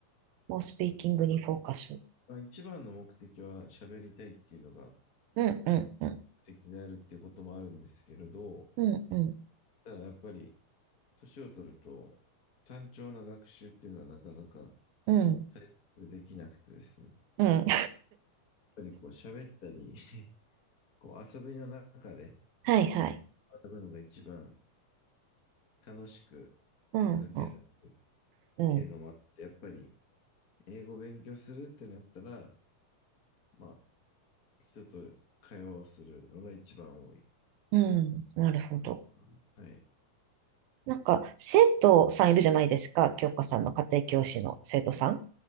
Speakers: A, on the right; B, on the left.
A: もうスピーキングにフォーカス。
B: 一番、まあ一番の目的は喋りたいっていうのが
A: うん、うん、うん。
B: 目的であるっていうこともあるんですけれど、
A: うん、うん、
B: ただやっぱり年を取ると単調な学習っていうのはなかなか
A: うん。
B: 対切でできなくてですね。やっ
A: うん。
B: ぱりこう喋ったり <laughs> こう遊びの中で
A: はい、はい。
B: 学ぶのが一番楽しく続けられるっ
A: うん、うん、うん。
B: ていうのもあって、やっぱり英語を勉強するってなったら、まあ人と会話をするのが一番多い。
A: うん、なるほど。
B: あのはい。
A: なんか、生徒さんいるじゃないですか。教科さんの家庭教師の生徒さん。